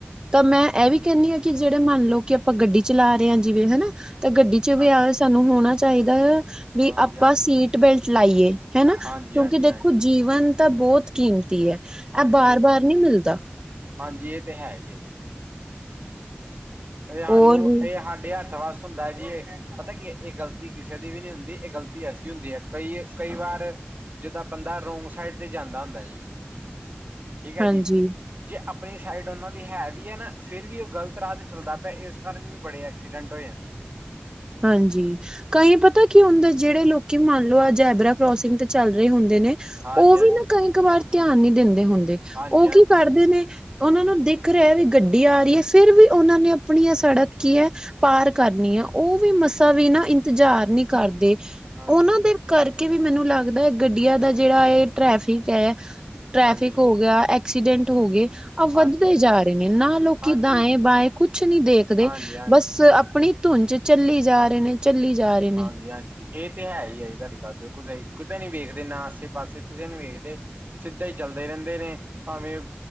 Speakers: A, on the right; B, on the right.
A: ਤਾ ਮੈਂ ਐ ਵੀ ਕੈਨੀ ਆ ਕੀ ਜੇੜੇ ਮੰਨ ਲਓ ਕਿ ਆਪਾਂ ਗੱਡੀ ਚਲਾ ਰਏ ਆ ਜੀਵੇਂ ਹਨਾ ਤਾਂ ਗੱਡੀ ਚ
B: ਹਾਂ
A: ਵੀ ਆ ਸਾਨੂੰ ਹੋਣਾ ਚਾਈਦਾ। ਵੀ
B: ਹਾਂਜੀ,
A: ਆਪਾਂ
B: ਹਾਂਜੀ,
A: ਸੀਟ ਬੈਲਟ ਲਾਈਏ ਹਨਾ
B: ਹਾਂਜੀ,
A: ਕਿਉਂਕੀ
B: ਹਾਂਜੀ,
A: ਦੇਖੋ
B: ਹਾਂਜੀ,
A: ਜੀਵਨ ਤਾਂ ਬਹੋਤ ਕੀਮਤੀ ਐ,
B: ਹਾਂਜੀ
A: ਐ ਬਾਰ-ਬਾਰ
B: ਇਹ ਤੇ ਹੈ
A: ਨੀ ਮੇਲਦਾ।
B: ਹਾਂਜੀ ਏ ਤੇ ਹੈ ਈ ਐ ਏਆਨੂੰ
A: ਹੋਰ ਵੀ
B: ਏ ਸਾਡੇ ਹੱਥ ਵਾਸ ਹੁੰਦਾ ਜੀ ਏ ਪਤਾ ਕੀ ਏ ਗਲਤੀ ਕਿਸੇ ਦੀ ਵੀ ਨੀ ਹੁੰਦੀ ਏ ਗ਼ਲਤੀ ਐਸੀ ਹੁੰਦੀ ਐ ਕਈ ਕਈ ਵਾਰ ਜਜਦਾਂ ਬੰਦਾ ਰੋਗ ਸਾਈਡ ਤੇ ਜਾਂਦਾ ਹੁੰਦਾ ਜੀ
A: <unintelligible>
B: ਠੀਕ ਐ
A: ਹਾਂਜੀ
B: ਜੀ ਜੇ ਆਪਣੀ ਸਾਈਡ ਓਨਾਂ ਦੀ ਹੈ ਵੀ ਏ ਨਾ ਫੇਰ ਵੀ ਓ ਗ਼ਲਤ ਰਾ ਚੱਲਦਾ ਪੇਆ ਏਸ ਕਾਰਨ ਵੀ ਬੜੇ ਐਕਸੀਡੈਂਟ ਹੋ ਜਾਂ
A: ਹਾਂਜੀ ਕਈ ਪਤਾ ਕੀ ਹੁੰਦਾ ਐ ਜੇੜੇ ਲੋਕੀ ਮੰਨ ਲਓ ਅਆਜੈਬਰਾ ਕਰੋਸਿੰਗ ਤੇ ਚੱਲ ਰਏ ਹੁੰਦੇ ਨੇ
B: ਹਾਂਜੀ
A: ਓ
B: ਹਾਂਜੀ
A: ਵੀ ਨਾ ਕਈ ਕ ਵਾਰ ਧਿਆਨ ਨੀ ਦੇਦੇ ਹੁੰਦੇ
B: ਹਾਂਜੀ
A: ਓ ਕੀ ਕਰਦੇ
B: ਹਾਂਜੀ
A: ਨੇ ਓਨਾਂ ਨੂੰ ਦਿਖ ਰੇਆ ਵੀ ਗੱਡੀ ਆ ਰਈ ਐ ਫੇਰ ਵੀ ਓਨਾਂ ਨੇ ਆਪਣੀਆਂ ਸੜਕ ਕੀ ਐ ਪਾਰ ਕਰਨੀ ਐ ਓ ਵੀ ਮਸਾਂ ਵੀ ਨਾ ਇੰਤਜ਼ਾਰ ਨੀ ਕਰਦੇ
B: ਹਾਂਜੀ
A: ਓਨਾਂ ਦੇ ਕਰਕੇ ਵੀ ਮੈਨੂੰ ਲੱਗਦਾ ਗੱਡੀਆਂ ਦਾ ਜੇੜਾ ਏ ਟ੍ਰੈਫਿਕ ਐ ਟ੍ਰੈਫਿਕ
B: ਹਾਂਜੀ
A: ਹੋ ਗਆ ਐ ਐਸੀਡੈਂਟ ਹੋ ਗੇ ਵੱਧਦੇ
B: ਹਾਂਜੀ
A: ਜਾ
B: ਹਾਂਜੀ
A: ਰਏ ਨੇ ਨਾ ਲੋਕੀ
B: ਹਾਂਜੀ
A: ਦਾਏ-ਬਾਏ ਕੁਛ ਨੀ ਦੇਖਦੇ,
B: ਹਾਂਜੀ ਹਾਂਜੀ
A: ਬਸ ਆਪਣੀ ਧੁੰਜ ਚੱਲੀ ਜਾ ਰਹੇ ਨੇ ਚੱਲੀ ਜਾ ਰਈ
B: ਹਾਂਜੀ-ਹਾਂਜੀ। ਏ ਤੇ ਹੈ ਈ ਏ ਜੀ ਤੁਹਾਡੀ ਗੱਲ ਬੇਲਕੁਲ ਸਈ ਕੁਤੇ ਨੀ ਵੇਖਦੇ ਨਾ ਆਸੇ-ਪਾਸੇ ਕੁੇ ਨੀ ਵੇਖਦੇ। ਸਿੱਧਾ ਈ ਚੱਲਦੇ ਰੈਂਦੇ ਨੇ, ਭਾਵੇਂ,